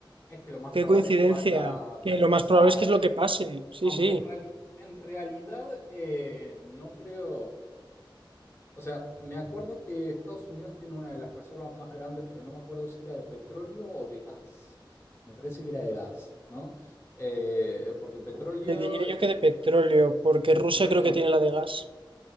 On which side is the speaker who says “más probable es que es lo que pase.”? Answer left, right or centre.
Right